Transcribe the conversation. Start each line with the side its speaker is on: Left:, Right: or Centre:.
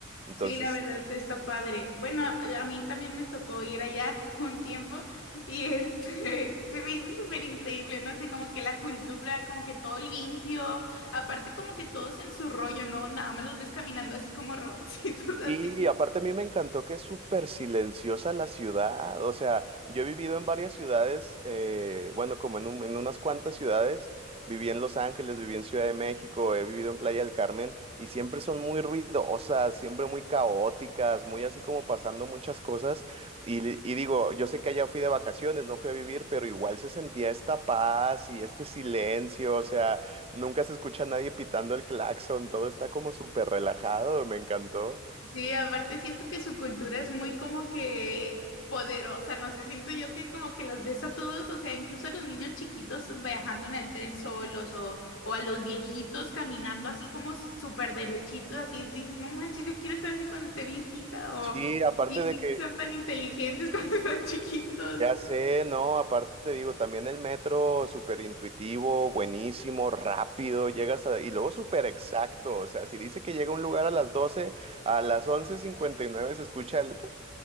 Right: Entonces,
Left: Sí, la verdad está padre. Bueno, a mí también me tocó ir allá <laughs> un tiempo y este <laughs> se me hizo súper increíble, no sé, como que la cultura, como que todo limpio, aparte como que todos en su rollo, ¿no? Nada más los ves caminando así como robotcitos, <laughs> así
Right: Y aparte a mí me encantó que es súper silenciosa la ciudad, o sea, yo he vivido en varias ciudades, eh, bueno, como en, un- en unas cuantas ciudades, viví en Los Ángeles, viví en Ciudad de México, he vivido en Playa del Carmen y siempre son muy ruidosas, siempre muy caóticas, muy así como pasando muchas cosas. Y, li- y digo, yo sé que allá fui de vacaciones, no fui a vivir, pero igual se sentía esta paz y este silencio, o sea, nunca se escucha a nadie pitando el claxon, todo está como súper relajado, me encantó.
Left: Sí, aparte siento que su cultura es muy como que poderosa, no sé, siento yo que como que los ves a todos, o sea, incluso a los niños chiquitos viajando en el tren solos o, o a los viejitos caminando así como si- súper derechitos, así dices, no manches, yo quiero estar así cuando esté viejita o
Right: Sí, aparte
Left: viejitos
Right: de que,
Left: sean tan inteligentes <laughs> cuando están chiquitos.
Right: ya sé, no, aparte te digo, también el metro súper intuitivo, buenísimo, rápido, llegas a, y luego súper exacto, o sea, si dice que llega a un lugar a las 12, a las once cincuenta y nueve se escucha el pic